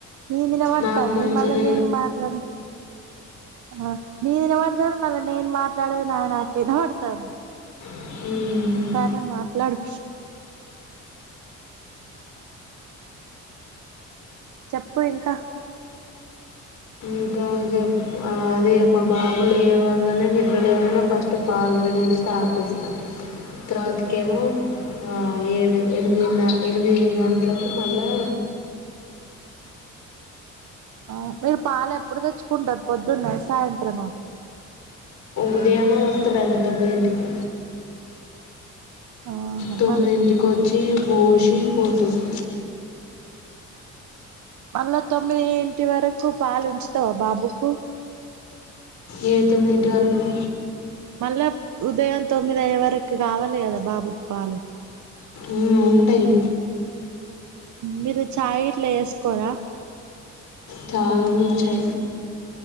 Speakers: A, on the right; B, on the left.
A: నిధి విన పడుతుంది
B: నాకు మంచిగానే
A: మళ్ళీ నేను మాట్లాడి ఆ నేను నినబడతాను మళ్ళీ నేను మాట్లాడేది నా నాకేనబడుతాంది
B: వినబడతాను
A: సరే మాట్లాడు చెప్పు ఇంకా
B: ఇంకా చెప్ ఆదే మా బాబులేవంగనే నిద్రలేవంగానె ఫస్ట్ పాల్ రెడీ చేస్ తాపిస్త తర్వాతకెమో ఆ ఏడు ఎనిమిది ఎనిమిది గంట్లకు మళ్ళా
A: ఆ మీరు పాలెప్పుడు తెచ్చుకుంటరు పొద్దున్న సాయంత్రమా
B: ఉదయమూ వస్తదంట మీ ఇంటికి
A: ఆహా
B: తొమ్మిదింటికి
A: మళ్ళ
B: ఒచ్ఛీ పోష్ కీ పోతుది
A: మళ్ల తొమ్మిది ఇంటి వరకు పాలుంచుతవ బాబుకు
B: ఏ తొమ్మిదింటి వరకు
A: మళ్ళా ఉదయం తొమ్మిది అయ్యే వరకు కావల్లి కదా బాబుకు పాలు
B: ఊ ఉంటయి
A: మీరు చాయ్ ఇట్లేసుకోర
B: చాయ ముంచై